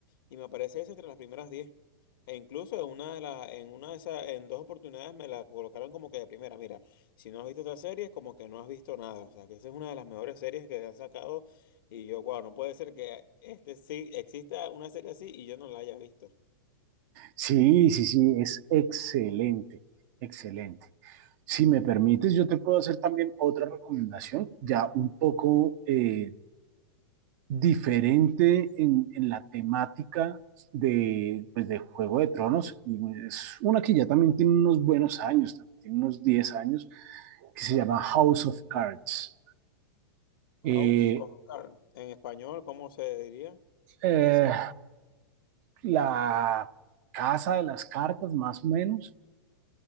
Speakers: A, on the left; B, on the right.
A: y me aparece esa entre las primeras diez E incluso en una de las, en una de esas, en dos oportunidades me la colocaron como que de primera. Mira, si no has visto otra serie, es como que no has visto nada. O sea, que esa es una de las mejores series que han sacado y yo, wow, no puede ser que este sí exista una serie así y yo no la haya visto.
B: Sí, sí, sí, es excelente, excelente. Si me permites, yo te puedo hacer también otra recomendación, ya un poco eh, diferente en, en la temática de, pues, de Juego de Tronos. Y bueno, es una que ya también tiene unos buenos años, también tiene unos 10 años, que se llama House of Cards.
A: House
B: Eh,
A: of Cards. En español, ¿cómo se diría?
B: eh,
A: ¿Cómo dice?
B: la casa de las cartas, más o menos,